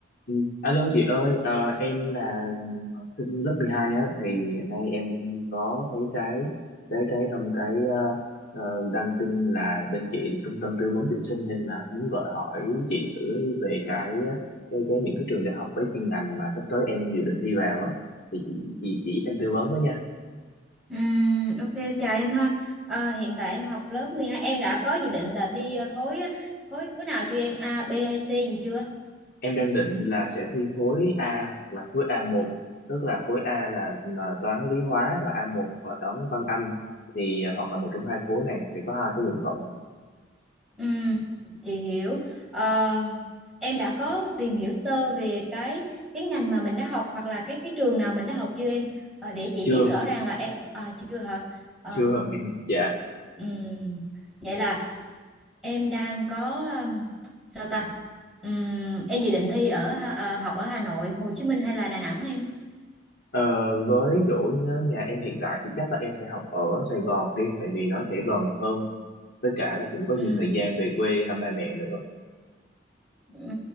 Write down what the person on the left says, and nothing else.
Ừ, Alo chị ơi, ờ, em là học sinh lớp 12 á, thì hiện nay em có thấy cái cái cái trong cái ờ, ờ, đăng tin là bên chị là trung tâm tư vấn tuyển sinh nên là muốn gọi hỏi chị thử về cái ờ, cái cái những cái trường đại học với chuyên ngành mà sắp tới em dự định thi vào á, thì chị chị chỉ giúp em tư vấn với nha.
em đang định là sẽ thi khối A hoặc là khối a một tức là khối A là là toán lý hóa và a một là toán văn anh thì à, hoặc là một trong hai khối này sẽ có hai cái nguyện vọng
chưa
chưa <laughs> dạ
Ờ, với chỗ nhớ nhà em hiện tại thì chắc là em sẽ học ở Sài Gòn đi tại vì nó sẽ gần hơn với cả là cũng có
nhiều thời gian về quê thăm ba mẹ nữa